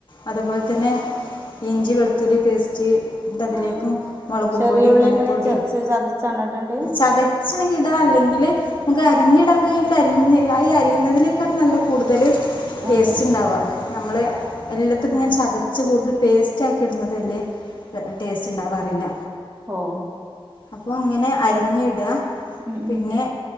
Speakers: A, on the left (about 60°); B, on the right (about 30°).
A: അതുപോലെ തന്നെ ഇഞ്ചി വെളുത്തുള്ളി പേസ്റ്റ് എന്നിട്ട് അതിലേക്കും
B: ആഹ്
A: മൊളകും
B: ചെറിയ
A: പൊടിം
B: ഉള്ളി
A: മഞ്ഞ
B: എങ്ങനെ
A: പൊടിം
B: ച ചതച്ചാണോ ഇടണ്ടേ
A: ചത ച്ച്ണെങ്കി ഇടാ അല്ലെങ്കില് നമ്മക്ക് അരിഞ്ഞിടാൻ കഴിയെങ്കില് അരിഞ്ഞ് ഈ അത് ഈ അരിയുന്നതിനേക്കാരം നല്ലത് കൂട്തല് ടേസ്റ്റ്
B: അതെ
A: ഉണ്ടാവ നമ്മള് എല്ലത്തിക്കും ഇങ്ങനെ
B: ആ
A: ചത ച്ച് കൂടുതല് പേസ്റ്റ് ആക്കി ഇടുന്നത് വല്യെ ടേസ്റ്റ് ഉണ്ടാവാറില്ല.
B: ഓഹ്
A: അപ്പൊ അങ്ങനെ അരിഞ്ഞ് ഇടുക
B: ഉം
A: പിന്നെ
B: ഉം